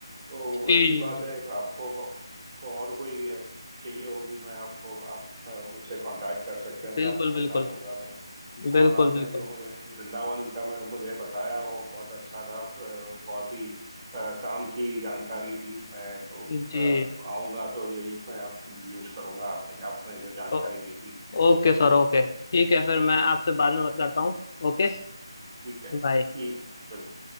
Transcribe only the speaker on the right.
तो
अच्छी बात है आपको को और कोई help चाहिए होगी मैं आपको आप अ, मुझसे कांटेक्ट कर सकते
हैं
मैं आपको बता
दूंगा
और आपने
जो मुझे वृंदावन का मेरे मुझे बताया वो बहुत अच्छा था अ, बहुत ही अ, काम की जानकारी थी मैं अ,
आऊंगा तो यही मैं यूज करूंगा आपने आपने जो जानकारी
दी थी
ठीक है ठीक
है बिल्कुल